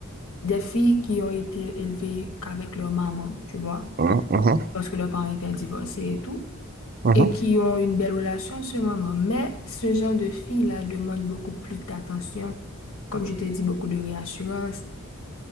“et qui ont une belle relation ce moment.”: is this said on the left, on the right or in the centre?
Left